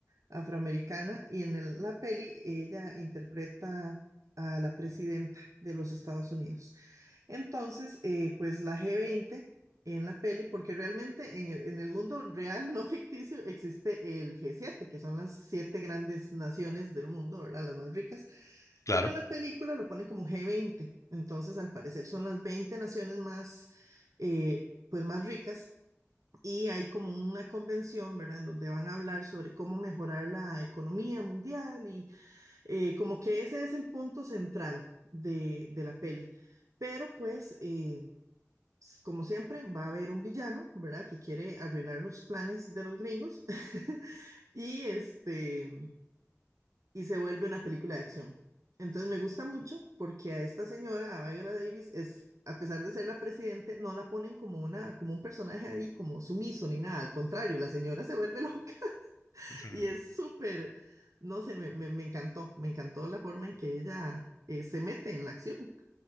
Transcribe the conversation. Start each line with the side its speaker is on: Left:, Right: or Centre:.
Right: afroamericana y en el- la peli ella interpreta a la presidenta de los Estados Unidos. Entonces, eh, pues la G20 en la peli, porque realmente en el, en el mundo real, no <laughs> ficticio, existe el G7, que son las siete grandes naciones del mundo, ¿verdad? Las más ricas.
Left: claro.
Right: Pero en la película lo ponen como G20. Entonces, al parecer, son las 20 naciones más, eh, pues más ricas y hay como una convención, ¿verdad?, en donde van a hablar sobre cómo mejorar la economía mundial y eh, como que ese es el punto central de, de la peli. Pero pues, eh, s- como siempre, va a haber un villano, ¿verdad?, que quiere arruinar los planes de los gringos <laughs> y este y se vuelve una película de acción. Entonces me gusta mucho porque a esta señora, a Viola Davis, es, a pesar de ser la presidente, no la ponen como una, como un personaje ahí, como sumiso ni nada. Al contrario, la señora se vuelve loca <laughs>
Left: <laughs> Ujú.
Right: y es súper, no sé, me, me- me encantó, me encantó la forma en que ella eh, se mete en la acción